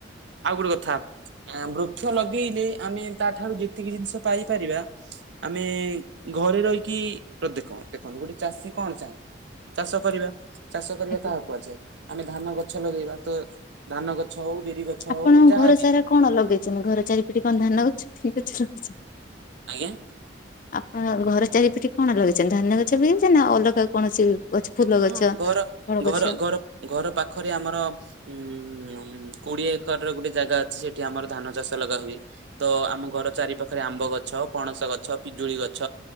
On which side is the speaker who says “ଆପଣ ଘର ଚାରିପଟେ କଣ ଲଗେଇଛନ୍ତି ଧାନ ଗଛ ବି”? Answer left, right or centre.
Left